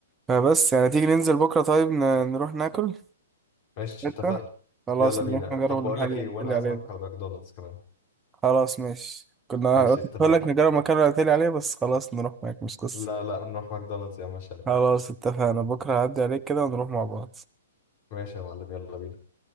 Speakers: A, on the right; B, on the left.
A: فبس يعني تيجي ننزل بكرة طيب ن- نروح ناكل
B: ماشي
A: أنت
B: اتفقنا
A: خلاص
B: يلا بينا
A: نروح نجرب
B: طب بقول
A: المحل
B: لك
A: اللي
B: ايه
A: قلت
B: وانا
A: لي
B: عازمك
A: عليه ده
B: على ماكدونالدز كمان
A: خلاص ماشي كنا
B: ماشي
A: قلت
B: اتفقنا
A: لك نجرب المكان اللي قلت لي عليه بس خلاص نروح معاك مش قصة
B: لا لا نروح ماكدونالدز يا عم عشانك
A: خلاص اتفقنا بكرة هعدي عليك كده ونروح مع بعض
B: ماشي يا معلم يلا بينا